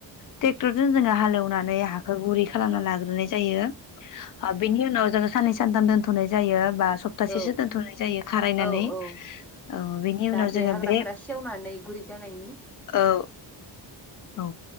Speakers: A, on the left; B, in the centre.
A: ट्रेक्टर जों जोङो हालेवनानै हाखौ गुरै खालामना
B: औ
A: लाग्रो जायो ओ बेनि उनाव जों सा सानै सानथाम दोनथ'नाय जायो बा सपतासेसो
B: औ
A: दोन्थ'नाय जायो खारायनानै
B: औ औ
A: औ बेनि
B: जाहाथे
A: उनाव जोङो
B: हाग्राफोरा
A: बे
B: सेवनानै गुरै जानायनि
A: औ औ।